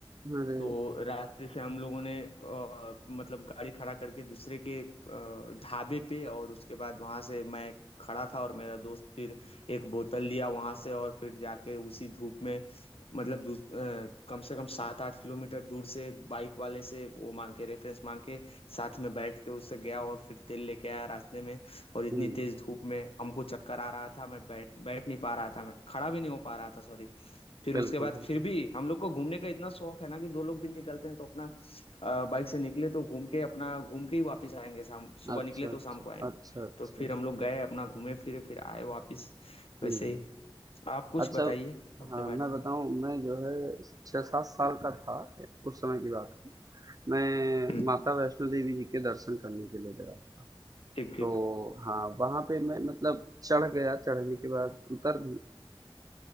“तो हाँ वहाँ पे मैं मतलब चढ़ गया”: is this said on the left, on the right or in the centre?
Right